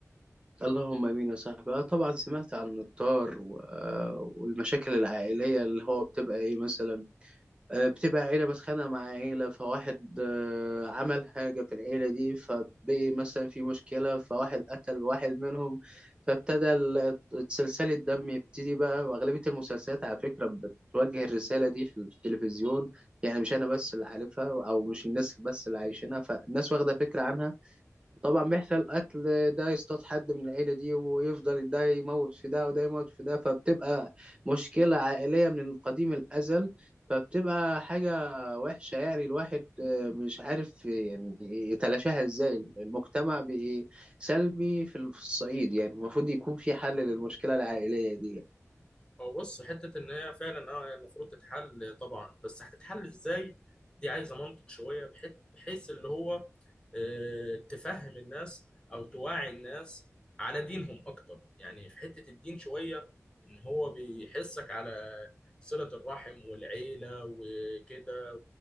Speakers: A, on the right; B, on the left.
A: اللهم امين يا صاحبي آه طبعا سمعت عن الطار و- آه والمشاكل العائليه اللي هو بتبقى ايه مثلا آه، بتبقى عيلة متخانقة مع عيلة فواحد آه، عمل حاجة في العيلة دي فبقي مثلا في مشكلة فواحد قتل واحد منهم فابتدى ال- سلسلة الدم يبتدي بقى وأغلبية المسلسلات على فكرة بتوجه الرسالة دي في التلفزيون يعني مش أنا بس اللي عارفها أو مش الناس بس اللي عايشينها فالناس واخدة فكرة عنها طبعا بيحصل قتل ده يصطاد حد من العيلة دي ويفضل ده يموت في ده وده يموت في ده فبتبقى مشكلة عائلية من قديم الأزل فبتبقى حاجة وحشة يعني الواحد آه، مش عارف يعني يتلاشاها ازاي المجتمع بقى سلبي في الصعيد يعني المفروض يكون في حل للمشكلة العائلية دي
B: هو بص حتة إن هي فعلا أه هي المفروض تتحل طبعا بس هتتحل إزاي دي عايزة منطق شوية بحيث بحيث اللي هو آه، تفهم الناس أو توعي الناس على دينهم أكتر يعني في حتة الدين شوية إن هو بيحسك على صلة الرحم والعيلة وكده